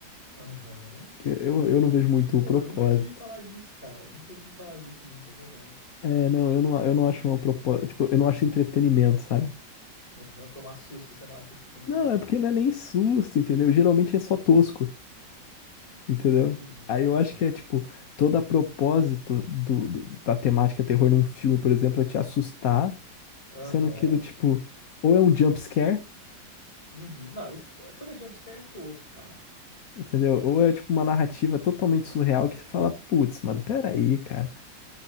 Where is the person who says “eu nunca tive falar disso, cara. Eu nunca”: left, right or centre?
Left